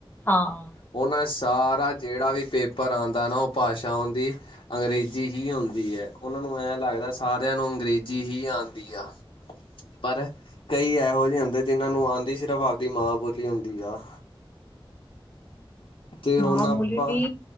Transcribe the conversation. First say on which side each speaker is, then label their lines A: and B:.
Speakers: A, on the left; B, on the left.
A: ਹਾਂ
B: ਉਹਨਾ ਸਾਰਾ ਜਿਹੜਾ ਵੀ ਪੇਪਰ ਆਂਦਾ ਨਾ ਉਹ ਭਾਸ਼ਾ ਓਨਦੀ ਅੰਗਰੇਜ਼ੀ ਹੀ ਆਉਦੀ ਹੈ ਉਹਨਾ ਨੂੰ ਐ ਲਗਦਾ ਸਾਰਿਆ ਨੂੰ ਅੰਗਰੇਜ਼ੀ ਹੀ ਆਉਦੀ ਆ। ਪਰ ਕਈ ਇਹੋ ਜਿਹੇ ਹੁੰਦੇ ਜਿਹਨਾ ਨੂੰ ਆਉਂਦੀ ਸਿਰਫ਼ ਆਪਦੀ ਮਾਂ ਬੋਲੀ ਹੁੰਦੀ ਆ। ਤੇ
A: ਮਾਂ
B: ਹੁਣ
A: ਬੋਲੀ
B: ਆਪਾਂ
A: ਵੀ